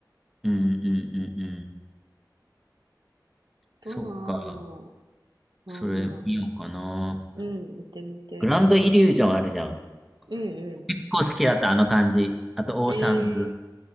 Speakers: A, in the centre; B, on the right.
A: うんうんうんうん。
B: とは、
A: そっか、
B: なんやろ
A: それ見ようかな。
B: う。うん、行ってみて。
A: グランドイリュージョンあるじゃん。
B: うんう
A: 結構好きだった、あの感じ。あと、
B: ん。
A: オーシャンズ。
B: ええー。